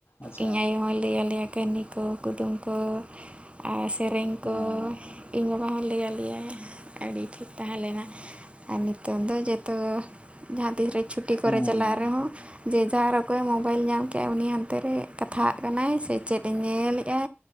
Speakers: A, on the left; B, on the right.
A: ᱟᱪᱪᱷᱟ
B: ᱤᱧ ᱟᱭᱳ ᱦᱚᱸᱭ ᱞᱟᱹᱭ ᱟᱞᱮᱭᱟ ᱠᱟᱹᱦᱱᱤ ᱠᱚ ᱠᱩᱫᱩᱢ ᱠᱚ ᱟᱨ ᱥᱮᱨᱮᱧ
A: ᱦᱮᱸ
B: ᱠᱚ ᱤᱧ ᱵᱟᱵᱟ ᱦᱚᱸᱭ ᱞᱟᱹᱭ ᱟᱞᱮᱭᱟᱭ ᱟᱹᱰᱤ ᱴᱷᱤᱠ ᱛᱟᱦᱮᱸ ᱞᱮᱱᱟ ᱟᱨ ᱱᱤᱛᱚᱝ ᱫᱚ ᱡᱚᱛᱚ ᱡᱟᱦᱟᱸ ᱛᱤᱥᱨᱮ ᱪᱷᱩᱴᱤ ᱠᱚᱨᱮ
A: ᱦᱮᱸ
B: ᱪᱟᱞᱟᱜ ᱨᱮᱦᱚᱸ ᱡᱮ ᱡᱟᱨ ᱚᱠᱚᱭ ᱢᱳᱵᱟᱭᱤᱞ ᱧᱟᱢ ᱠᱮᱜᱟᱭ ᱩᱱᱤ ᱦᱟᱱᱛᱮ ᱨᱮ ᱠᱟᱛᱷᱟᱜ ᱠᱟᱱᱟᱭ ᱥᱮ ᱪᱮᱫ ᱮ ᱧᱮᱞᱮᱟ